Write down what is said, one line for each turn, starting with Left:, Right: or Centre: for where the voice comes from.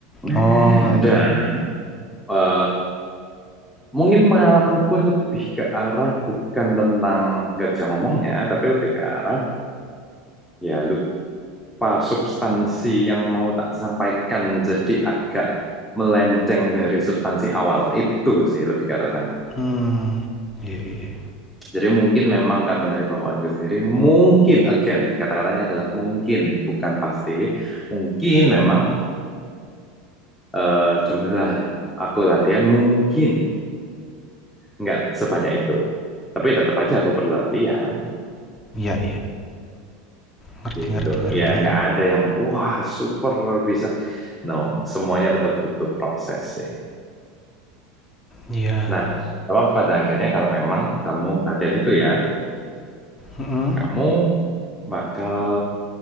Left: Oh,
Centre: <laughs>
Left: iya.
Centre: dan eh, mungkin pengalamanku lebih ke arah bukan tentang nggak bisa ngomongnya tapi lebih ke arah Ya, lupa substansi yang mau tak sampaikan jadi agak melenceng dari substansi awal. Itu sih lebih ke arah sana.
Left: hmm, iya iya.
Centre: Jadi mungkin memang karena dari bawaanku sendiri, mungkin, again, kata-katanya adalah mungkin, bukan pasti. Mungkin memang eh, jumlah aku latihan mungkin nggak sebanyak itu. Tapi tetap aja aku perlu latihan,
Left: Iya iya. Ngerti
Centre: gitu.
Left: ngerti ngerti.
Centre: Ya nggak ada yang, wah super bisa. No, semuanya tetap butuh proses sih.
Left: Iya.
Centre: Nah, apa pada akhirnya kalau memang kamu latihan itu ya,
Left: Mhm.
Centre: kamu bakal